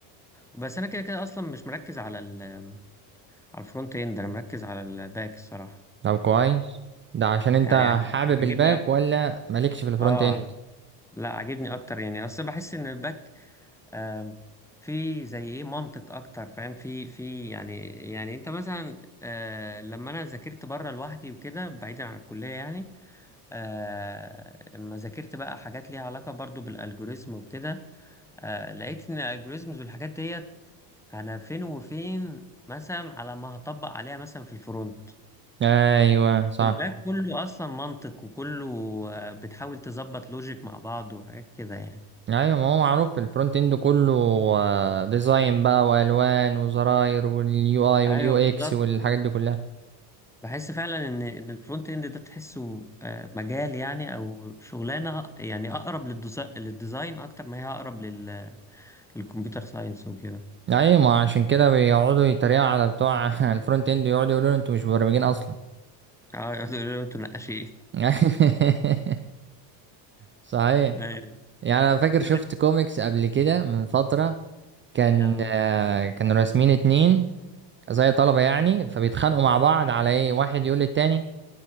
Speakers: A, in the centre; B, on the right.
A: بس انا كده كده اصلا مش مركز على ال على الفرونت اند انا مركز على الباك الصراحه
B: طب كويس ده عشان انت
A: يعني عاجب-
B: حابب
A: عاجبني
B: الباك
A: اكتر
B: ولا مالكش في الفرونت
A: اه
B: اند
A: لا عاجبني اكتر يعني اصل بحس ان الباك آم، في زي ايه منطق اكتر فاهم في في يعني يعني انت مثلا آه، لما انا ذاكرت بره لوحدي وكده بعيدا عن الكليه يعني آه، اما ذاكرت بقى حاجات ليها علاقه برضو بالالجوريزم وكده آه، لقيت ان الالجوريزمز والحاجات ديت انا فين وفين مثلا على ما هطبق عليها مثلا في الفرونت
B: ايوه صح
A: الباك كله اصلا منطق وكله آه، بتحاول تظبط لوجيك مع بعض وحاجات كده يعني
B: ايوه ما هو معروف الفرونت اند كله آه، ديزاين بقى والوان وزراير واليو اي
A: ايوه
B: واليو اكس
A: بالظبط
B: والحاجات دي كلها
A: بحس فعلا ان ان الفرونت اند ده تحسه آه، مجال يعني او شغلانه يعني اقرب للديزا- للديزاين اكتر ما هي اقرب لل- للكمبيوتر ساينس وكده
B: ايوه ما عشان كده بيقعدوا يتريقوا على بتوع <laughs> الفرونت اند يقعدوا يقولوا انتوا مش مبرمجين اصلا
A: اه <laughs> يقولوا انتوا نقاشين
B: <laughs> صحيح
A: أيوة.
B: يعني انا فاكر شفت
A: عرفت؟
B: كوميكس قبل كده من فترة كان
A: اه
B: آه، كانوا راسمين اتنين زي طلبة يعني فبيتخانقوا مع بعض على ايه واحد يقول للتاني